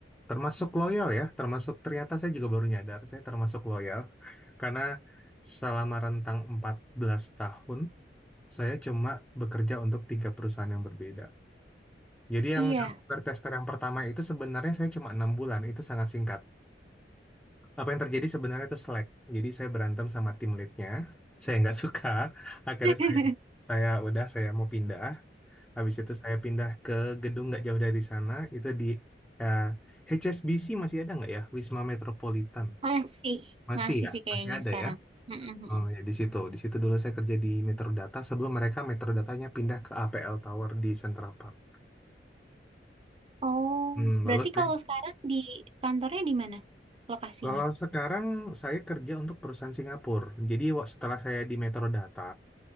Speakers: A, in the centre; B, on the right.
A: Termasuk loyal ya, termasuk ternyata saya juga baru nyadar, saya termasuk loyal. Karena selama rentang 14 tahun, saya cuma bekerja untuk tiga perusahaan yang berbeda. Jadi yang
B: Iya.
A: yang software tester yang pertama itu sebenarnya saya cuma enam bulan, itu sangat singkat. Apa yang terjadi sebenarnya itu slack. Jadi saya berantem sama tim leadnya, saya nggak <laughs> suka. Akhirnya
B: <laughs>
A: saya, saya udah, saya mau pindah. Habis itu saya pindah ke gedung nggak jauh dari sana, itu di eh, HSBC masih ada nggak ya? Wisma Metropolitan.
B: Masih,
A: Masih
B: masih
A: ya?
B: sih kayaknya
A: Masih ada
B: sekarang.
A: ya?
B: Mm, mm,
A: Oh
B: mm.
A: ya di situ. Di situ dulu saya kerja di Metrodata sebelum mereka Metrodatanya pindah ke APL Tower di Central Park.
B: Oh,
A: Hmm, lalu
B: berarti
A: saya-
B: kalau sekarang di kantornya di mana lokasinya?
A: kalau sekarang saya kerja untuk perusahaan Singapura. Jadi wa- setelah saya di Metrodata,